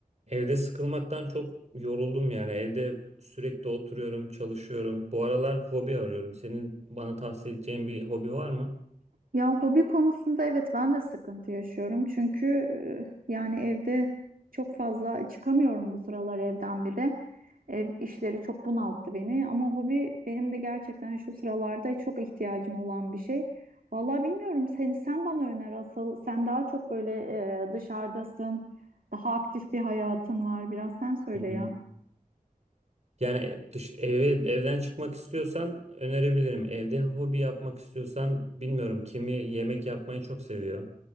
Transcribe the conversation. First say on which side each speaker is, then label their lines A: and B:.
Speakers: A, on the right; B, on the right.
A: Evde sıkılmaktan çok yoruldum yani. Evde sürekli oturuyorum, çalışıyorum. Bu aralar hobi arıyorum. Senin bana tavsiye edeceğin bir hobi var mı?
B: Ya hobi konusunda evet ben de sıkıntı yaşıyorum. Çünkü e, yani evde çok fazla çıkamıyorum bu sıralar evden bir de. Ev işleri çok bunalttı beni ama hobi benim de gerçekten şu sıralarda çok ihtiyacım olan bir şey. Vallahi bilmiyorum seni sen bana öner asıl. Sen daha çok böyle e, dışarıdasın. Daha aktif bir hayatın var. Biraz sen söyle
A: Hı hı.
B: ya.
A: Yani e, dış eve evden çıkmak istiyorsan önerebilirim. Evde hobi yapmak istiyorsan bilmiyorum. Kimi yemek yapmayı çok seviyor.